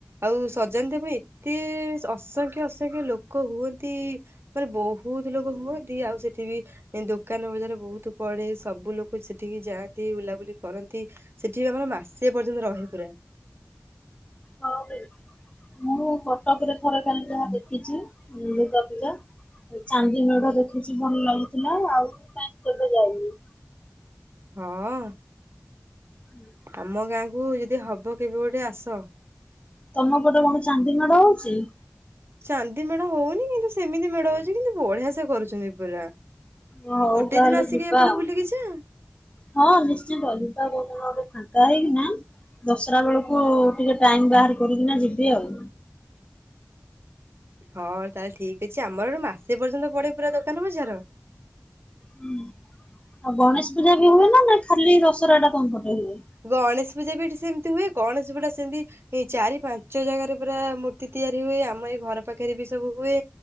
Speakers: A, on the right (about 55°); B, on the left (about 25°).
A: ଆଉ ସଜାନ୍ତି ଫୁଣି ଏତେ ଅସଂଖ୍ୟ ଅସଂଖ୍ୟ ଲୋକ ହୁଅନ୍ତି। ମାନେ ବହୁତ ଲୋକ ହୁଅନ୍ତି ଆଉ ସେଠି ବି ଦୋକାନ ବଜାର ବହୁତ ପଡେ ସବୁ ଲୋକ ସେଠିକି ଯାଆନ୍ତି ବୁଲାବୁଲି କରନ୍ତି। ସେଠି ବି ଆମର ମାସେ ପର୍ଯ୍ୟନ୍ତ ରହେ ପୁରା।
B: ହଉ ମୁଁ କଟକରେ ଥରେ ଖାଲି ଯାହା ଦେଖିଚି ଦୁର୍ଗାପୂଜା। ଚାନ୍ଦି ମେଢ ଦେଖିଚି ଭଲ ଲାଗିଥିଲା ଆଉ କାହିଁକି କେବେ ଯାଇନି।
A: ହଁ?
B: ହୁଁ।
A: ଆମ ଗାଁ କୁ ଯଦି ହବ କେବେ ଗୋଟେ ଆସ।
B: ତମ ପଟେ କଣ ଚାନ୍ଦି ମେଢ଼ ହଉଛି?
A: ଚାନ୍ଦି ମେଢ ହଉନି। କିନ୍ତୁ ସେମିତି ମେଢ ହଉଛି, କିନ୍ତୁ ବଢିଆ ସେ କରୁଛନ୍ତି ପୁରା।
B: ହଉ
A: ଗୋଟେ
B: ତାହେଲେ
A: ଦିନ ଆସିକି
B: ଯିବା
A: ଏପଟେ
B: ଆଉ
A: ବୁଲିକି ଯାଆ।
B: ହଁ ନିଶ୍ଚିତ ଯିବା କୋଉଦିନ ଗୋଟେ ଫାଙ୍କା ହେଇକି ନା। ଦଶରା ବେଳକୁ ଟିକେ ଟାଇମ ବାହାର କରିକିନା ଯିବି ଆଉ।
A: ହଁ, ତାହେଲେ ଠିକ ଅଛି ଆମର ମାସେ ପର୍ଯ୍ୟନ୍ତ ପଡେ ପୁରା ଦୋକାନ ବଜାର।
B: ହୁଁ, ଆଉ ଗଣେଶ ପୂଜା ବି ହୁଏ ନା ନାଇଁ, ଖାଲି ଦଶରା ଟା ତମ ପଟେ ହୁଏ?
A: ଗଣେଶ ପୂଜା ବି ଏଠି ସେମିତି ହୁଏ। ଗଣେଶ ପୂଜା ଟା ସେମିତି ଏଇ ଚାରି-ପାଞ୍ଚ ଜାଗାରେ ପୁରା ମୂର୍ତ୍ତି ତିଆରି ହୁଏ। ଆମ ଏଇ ଘର ପାଖରେ ବି ସବୁ ହୁଏ।